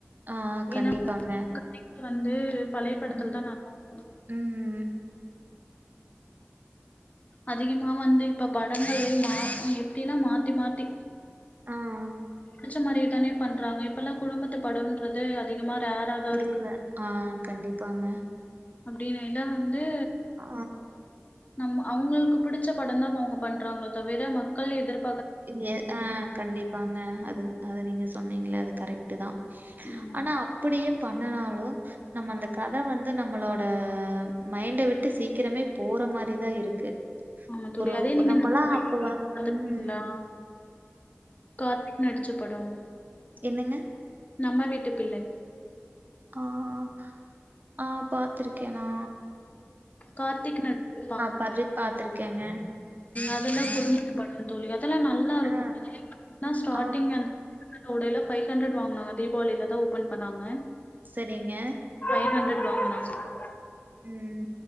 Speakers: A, on the right; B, on the left.
A: அ கண்டிப்பாங்க.
B: ஏன்னா கதைகள் வந்து பழயப்படத்துல
A: ம்,
B: தான் நல்லா இருக்கு
A: ம்.
B: அதிகமா வந்து இப்ப படங்கள் மா எப்படின்னா மாத்தி மாத்தி
A: ஆஹ்
B: பிடிச்ச மாதிரே தானே பண்றாங்க இப்பெல்லாம் குடும்பத்து படன்றது அதிகமா ரேரா தா இருக்கு
A: இல்ல ஆஹ் கண்டிப்பாங்க
B: அப்படின்னுல்ல ந்து
A: ஆ
B: நம்ம அவங்களுக்கு பிடிச்ச படம் தான் அவங்க பண்றாங்கள தவிர மக்கள் எதிர்
A: இதே ஆஹ் கண்டிப்பாங்க அது அது நீங்க சொன்னீங்களே அது கரெக்ட்டு தான்
B: ஆமா
A: ஆனா அப்படியே ப ன்னனாலும் நம்ம அந்த கத வந்து நம்மளோட மைண்ட விட்டு சீக்கிரமே போற மாரிதான் இருக்கு
B: ஆமா தோழி
A: ஒரு
B: அதே நீங்க
A: நம்மெல்லாம்
B: நம்ம வீட்டு
A: அப்ப வந்
B: பிள்ளை பாத்துருக்கீங்களா
A: உம்
B: கார்த்திக் நடிச்ச படம்
A: என்னங்க
B: நம்ம வீட்டு பிள்ளை
A: ஆஹ் ஆஹ் பாத்துருக் க்கேனா
B: கார்த்திக் நடிச்சிருப்பாங்கள்லே
A: பர்ரித் பாத்துருக்கேங்க.
B: அதெல்லாம்
A: ம்.
B: குடும்பத்து படம் தோழி அதெல்லாம் நல்லா இருக்கும்
A: ஆ,
B: ஸ்டாட்டிங்
A: ஆ.
B: அந்த உடையல பைவ்ஹண்டர்ட் வாங்குனாங்க தீபாவளில தான் ஓப்பன் பண்ணாங்க
A: சரிங்க
B: எயிட் ஹண்ட்ரட் வாங்கனாங்க <unintelligible>
A: உம்